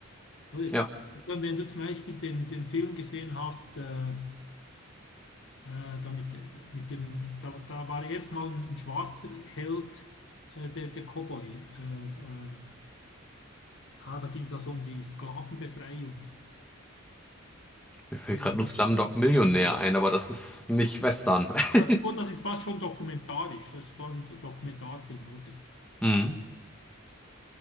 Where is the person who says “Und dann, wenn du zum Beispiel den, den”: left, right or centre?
Left